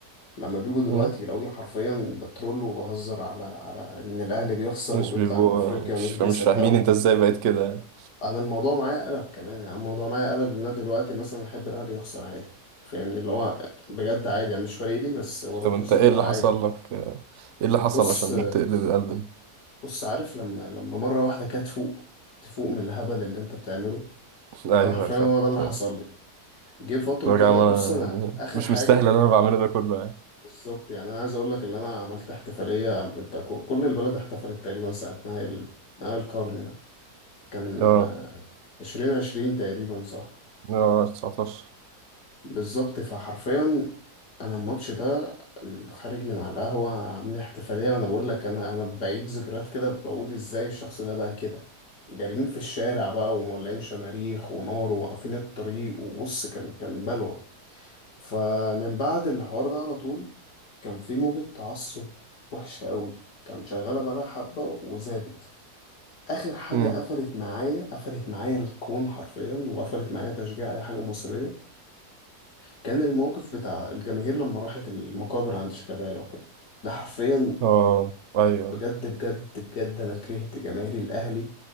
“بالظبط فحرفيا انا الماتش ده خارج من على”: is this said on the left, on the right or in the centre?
Left